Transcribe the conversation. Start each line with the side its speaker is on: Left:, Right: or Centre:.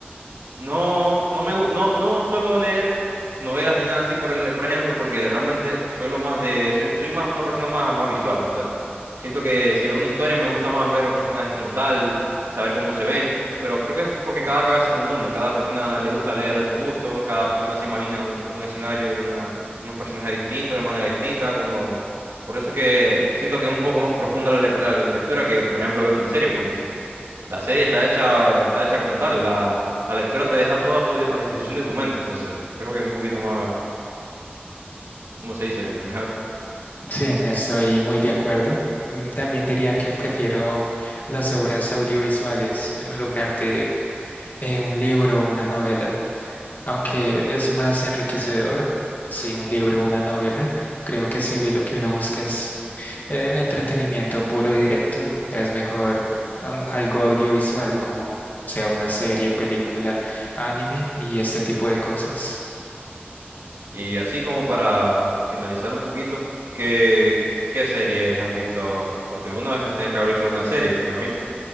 Right: No, no me, gu- no, no suelo leer novelas ni nada así por el- por ejemplo, porque realmente suelo más de, soy, soy más una persona más, más visual, no sé. Siento que si veo una historia me gusta más ver los personajes como tal, saber cómo se ven, pero creo que es porque cada cabeza es un mundo, cada persona le gusta leer a su gusto, cada persona se imagina un, un escenario y una, unos personajes distintos de manera distinta, como lo, por eso es que siento que es un poco más profunda la, lec- la lectura que, por ejemplo, ver una serie, porque la serie está hecha, está hecha como tal. La, la lectura te deja todo a, tu, a disposición de tu mente. Entonces, creo que es un poquito más, ¿cómo se dice? Mejor.
Left: Sí, estoy muy de acuerdo. Mm, También diría que prefiero las obras audiovisuales en lugar de eh, un libro o una novela. Aunque es más enriquecedor, sí, un libro o una novela, creo que si lo que uno busca es eh, entretenimiento puro y directo, es mejor au- algo audiovisual como sea una serie, película, anime y este tipo de cosas.
Right: Y así como para finalizar un poquito, ¿qué, qué series has visto? Porque alguna vez tienes que haber visto alguna serie, me imagino.